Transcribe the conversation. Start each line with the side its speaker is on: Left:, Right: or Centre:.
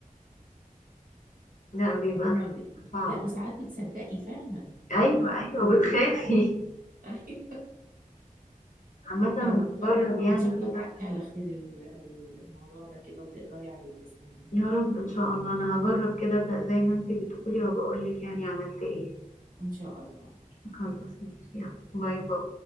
Left: لا بيبقى
Right: وهم ب...
Left: صعب
Right: لا وساعات بتصدقي فعلا
Left: أيوة
Right: اللي بي-
Left: أيوة
Right: بيقولوه
Left: بتخافي
Right: <laughs>
Left: <laughs> عامة أنا
Right: يلا ان شاء
Left: هجرب يعني
Right: ان شاء الله
Left: كده
Right: تعدي على خير ال- ال- الموضوع ده كده وتقدري عليه بإذن الله
Left: يا رب إن شاء الله أنا هجرب كده أبدأ زي ما أنتي بتقولي وبقولك يعني عملت إيه
Right: ان شاء الله اوكي
Left: خلاص ماشي يلا باي باي